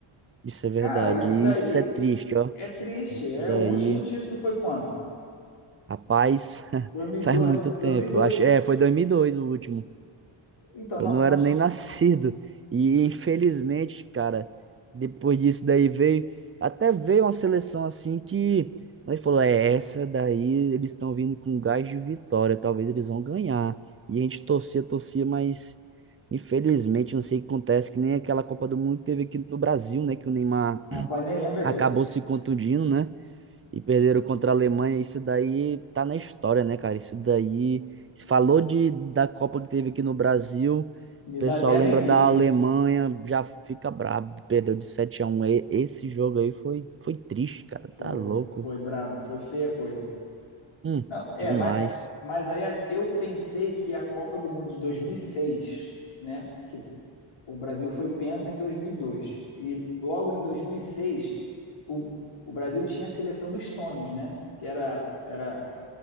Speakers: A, on the right; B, on the left.
A: isso é verdade.
B: Cara, isso
A: E
B: daí
A: isso é triste, ó.
B: é triste.
A: Isso
B: É,
A: daí,
B: o último título foi quando?
A: rapaz, <laughs>
B: 2002,
A: faz muito
B: né?
A: tempo.
B: 2002.
A: Eu Acho, é, foi 2002 o último.
B: Então,
A: Eu
B: nó-
A: não
B: nós...
A: era nem <laughs> nascido. E infelizmente, cara, depois disso daí veio, até veio uma seleção assim que nós falou, é essa daí, eles estão vindo com gás de vitória, talvez eles vão ganhar. E a gente torcia, torcia, mas infelizmente não sei o que acontece, que nem aquela Copa do Mundo que teve aqui no Brasil, né, que o Neymar
B: Rapaz, nem lembra disso.
A: acabou se contundindo, né? E perderam contra a Alemanha. Isso daí tá na história, né, cara? Isso daí. Falou de, da Copa que teve aqui no Brasil. O
B: Me
A: pessoal
B: dá até arrepio.
A: lembra da Alemanha, já fica brabo. Perdeu de 7 a um. E- Esse jogo aí foi, foi triste, cara.
B: Foi,
A: Tá louco.
B: foi brabo, foi feia a coisa.
A: Hum,
B: Não, é,
A: demais.
B: mas, mas aí eu pensei que a Copa do Mundo de 2006, né? Que O Brasil foi penta em dois mil E dois e logo em 2006 o, o Brasil tinha a seleção dos sonhos, né? Que era, era